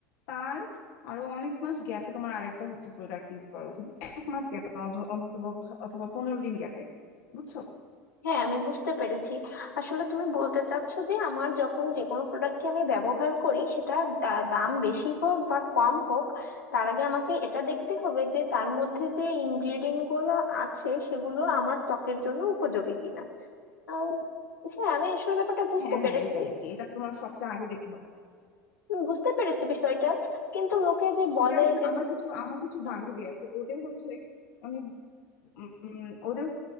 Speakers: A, on the left; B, on the left.
A: তার আরো অনেক মাস গ্যাপে তোমার আরেকটা হচ্ছে প্রোডাক্ট ইউজ করা উচিত এক মাস গ্যাপে অন্তত অথবা পনেরো দিন গ্যাপে বুঝছো
B: হ্যাঁ আমি বুঝতে পেরেছি আসলে তুমি বলতে চাচ্ছো যে আমার যখন যে কোনো প্রোডাক্টকে আমি ব্যবহার করি সেটা দা- দাম বেশি হোক বা কম হোক তার আগে আমাকে এটা দেখতে হবে যে তার মধ্যে যে ইনগ্রেডিয়েন্ট গুলো আছে সেগুলো আমার ত্বকের জন্য উপযোগী কিনা আহ, হ্যাঁ আমি আসলে ব্যাপারটা বুঝতে
A: হ্যাঁ
B: পেরেছি
A: হ্যাঁ এটাই আর কি এটা তোমার সবচেয়ে আগে দেখতে হবে
B: উম, বুঝতে পেরেছি বিষয়টা কিন্তু লোকে যে বলে
A: যেমন
B: যে
A: আমার কিছু আমার কিছু
B: হুম,
A: বান্ধবী আছে ওদের হচ্ছে আমি উম, ওদের